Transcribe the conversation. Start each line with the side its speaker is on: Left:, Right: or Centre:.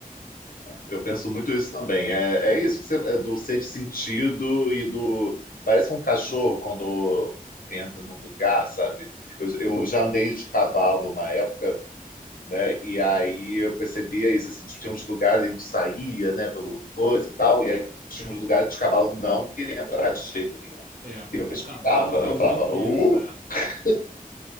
Left: Eu penso muito isso também. É, é isso que você, é do sexto sentido e do. Parece um cachorro quando entra num lugar, sabe? Eu, eu já andei de cavalo uma época né? E aí eu percebia isso, assim, tipo, tinha uns lugares, a gente saía, né, pelo coisa e tal, e aí tinha uns lugares que o cavalo não queria entrar de jeito nenhum.
Right: É, o,
Left: E eu respirava,
Right: o cavalo tem
Left: eu
Right: muito
Left: falava, uh,
Right: isso, é.
Left: <laughs>